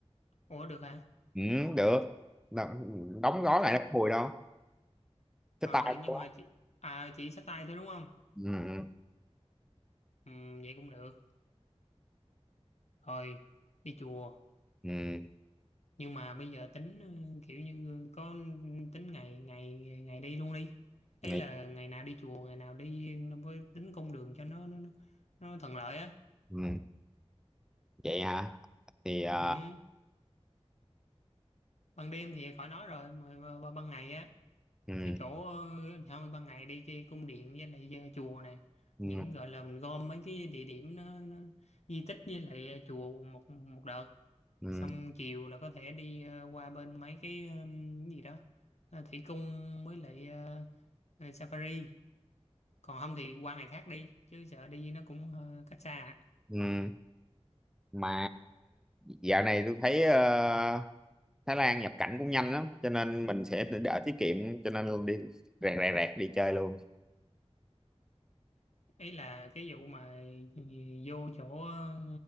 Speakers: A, on the left; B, in the centre.
A: ủa được hả
B: ừ, được Nó- đóng gói
A: Thế-
B: lại nó có mùi đâu cái
A: à,
B: tay
A: nhưng
B: của nó.
A: mà chị à, chị xách tay thôi đúng không
B: ừ,
A: ừ, vậy cũng được rồi đi chùa
B: ừ,
A: nhưng mà bây giờ tính ừ, kiểu như ờ, có tính ngày ngày ngày đi luôn đi ấy
B: ừ, nghĩ-
A: là ngày nào đi chùa ngày nào đi nó với tính cung đường cho nó nó nó, nó thuận lợi á
B: ừ, vậy hả thì ờ,
A: ừ. ban đêm thì khỏi nói rồi mà, mà, mà ban ngày á
B: ừ,
A: cái chỗ ờ, thôi ban ngày đi cái cung điện với lại ờ, chùa nè
B: ừ,
A: những gọi là mình gom mấy cái địa điểm nó, nó di tích với lại ờ, chùa một một đợt
B: ừ,
A: xong chiều là có thể đi ờ, qua bên mấy cái ờ, cái gì đó ờ, thủy cung với lại ờ, ờ, safari còn không thì qua ngày khác đi chứ sợ đi nó cũng ờ, cách xa à.
B: ừ. mà dạo này tôi thấy ờ, Thái Lan nhập cảnh cũng nhanh lắm cho nên mình sẽ đỡ tiết kiệm cho nên đi rẹt rẹt rẹt đi chơi luôn
A: ý là cái vụ mà ờ, vô chỗ ờ,